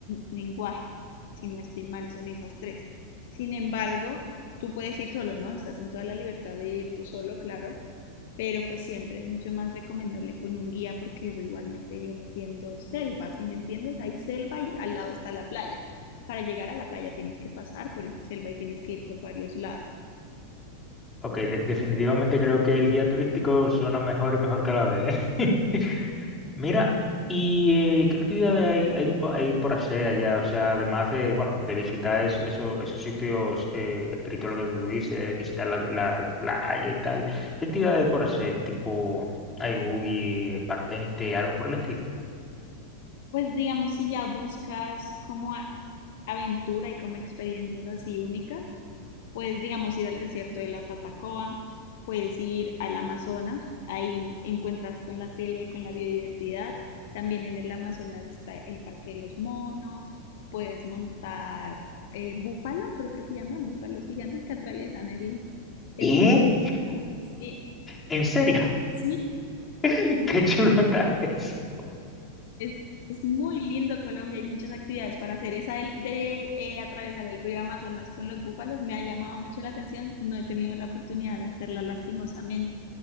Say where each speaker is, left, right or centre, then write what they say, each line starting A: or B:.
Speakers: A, on the left; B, on the left.
A: Lenguaje. Si no estoy mal, son esas tres. Sin embargo, tú puedes ir solo, ¿no? Estás en toda la libertad de ir tú solo, claro pero pues siempre es mucho más recomendable con un guía porque eso igualmente viene siendo selva, si me entiendes, hay selva y al lado está la playa. Para llegar a la playa tienes que pasar por esa selva y tienes que ir por varios lados.
B: Ok, de- definitivamente creo que el guía turístico suena mejor y mejor cada vez, ¿eh? <laughs> Mira, ¿y eh, qué actividades hay, hay, po- hay por hacer allá? O sea, además de, bueno, de visitar eso- eso- esos sitios eh, espirituales que tú dices, visitar la, la, la playa y tal, ¿qué actividades hay por hacer? Tipo, hay buggy, parpente, algo por el estilo.
A: Pues digamos, si ya buscas como aventura y como experiencias así únicas, puedes, digamos, ir al desierto de la Tatacoa, puedes ir al Amazonas, ahí encuentras con la selva y con la biodiversidad. También en el Amazonas está el Parque de los Monos, puedes montar eh, búfalo, creo que se llaman, búfalos gigantes que atraviesan el... el...
B: ¿Qué?
A: Sí,
B: ¿En serio?
A: sí,
B: <laughs> Qué chulo está eso.
A: es, es muy lindo Colombia, hay muchas actividades para hacer. Esa de, de eh, atravesar el río Amazonas con los búfalos me ha llamado mucho la atención, no he tenido la oportunidad de hacerla lastimosamente.